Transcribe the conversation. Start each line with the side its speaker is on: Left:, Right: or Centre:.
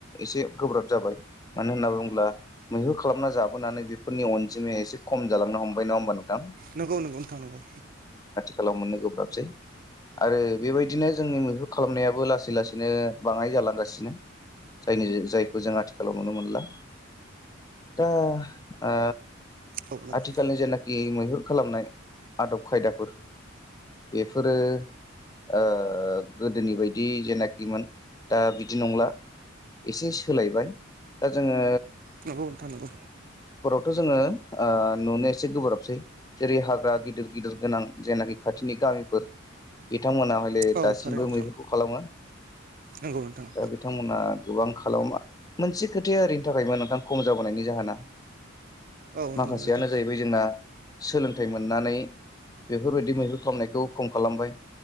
Left: एसे गोब्राब जाबाय मानो होन होनना बुोब्ला मैहुर खालामना जाबोनानै बेफोरनि अनजिमाया एसे खम जालांनो हमबाय नङा होनोमबा नोंथां।
Right: नंगौ नंगौ नोंथां नंगौ
Left: खालाव मोननो गोब्राबसै आरो बेबायदिनो जोंनि मैहुर खालामनायाबो लासै लासैनो बाङाय जालांगासिनो जायनि जायखौ जों आथिखालाव नुनो मोनला दा आ
Right: औ नोंथां
Left: आथिखालनि जेनाखि मैहुर खालामनाय आदब खायदाफोर बेफोरो ओ गोदोनि बायदि जेनाखिमोन दा बिदि नंला एसे सोलायबाय दा जोङो
Right: नंगौ नोंथां नोंगौ
Left: थ जोङो ओ नुनो एसे गोब्राबसै जेरै हाग्रा गिदिर गिदिर गोनां जेयनाखि खाथिनि गामिफोर बे बिथांमोना हले
Right: औ
Left: दासिमबो
Right: थारैनो
Left: मैहुरखौ
Right: नोंथां
Left: खालामो
Right: नंगौ नोंथां
Left: दा बिथांमोना गोबां खालामा मोनसे खोथाया ओरैनि थाखायमोन नोंथां खम जाबोनायनि जाहोना
Right: औ
Left: माखासेयानो
Right: नंगौ नोंथां
Left: जाहैबाय जोंना सोलोंथाइ मोननानै बेफोरबायदि मैहुर खालामनायखौ खम खालामबाय